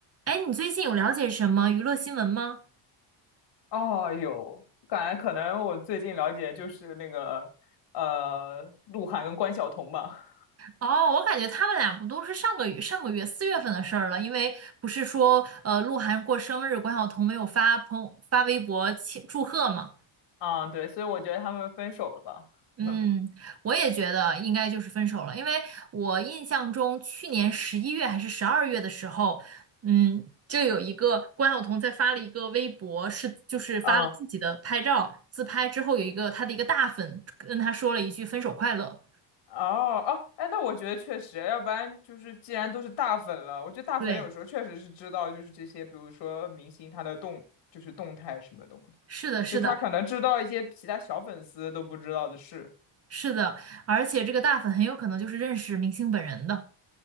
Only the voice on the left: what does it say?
哦，有，感觉可能我最近了解就是那个呃，鹿晗跟关晓彤吧。
<laughs> 啊，对，所以我觉得他们分手了吧。
<laughs>
啊，哦
哦，哎，那我觉得确实，要不然就是既然都是大粉了，我觉得大粉有时候确实是知道，
就是这些，比如说明星他的动，就是动态什么东西就他可能知道一些其他小粉丝都不知道的事。